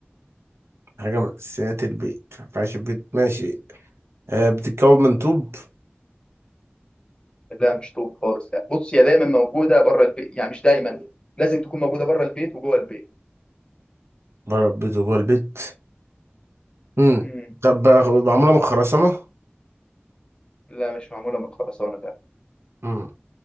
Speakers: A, on the right; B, on the left.
A: حاجة من أساسيات البيت ما ينفعش البيت ماشي آه بتتكون من طوب
B: لا مش طوب خالص يعني بص هي دايما موجوده بره البيت يعني مش دايما لازم تكون موجوده بره البيت وجوه البيت
A: بره البيت وجوه البيت مم.
B: مم.
A: طب آه، معمولة من خرسانة
B: لا مش معمولة من خرسانة لا
A: مم.